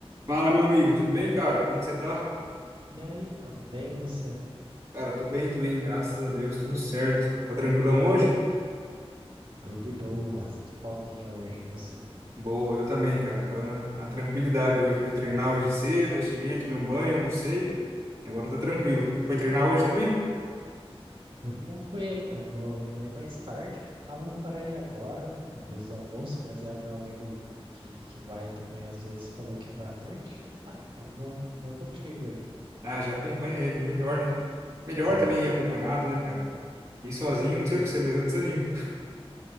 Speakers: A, on the right; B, on the right.
A: Fala, meu amigo, tudo bem, cara? Como que você tá?
B: E aí, mano, bem você?
A: Cara, tô bem também, graças a Deus, tudo certo. Tá tranquilão hoje?
B: Tô de boas, de folguinha hoje, e você?
A: Boa, eu também, cara, tô na, na tranquilidade hoje. Fui treinar hoje cedo, aí cheguei, tomei um banho, almocei, e agora tá tranquilo. Foi treinar hoje também?
B: Hoje não fui ainda, vou, vou ir mais tarde. Tava para ir agora, depois do almoço, mas é meu amigo que, que vai também às vezes, falou que vai à noite. Então, eu falei, ah, então vou, vou contigo aí.
A: Ah, já acompanha ele, melhor, né? Melhor
B: Sim.
A: também ir acompanhado, né, cara? Ir sozinho, não sei pra você, mas eu desanimo.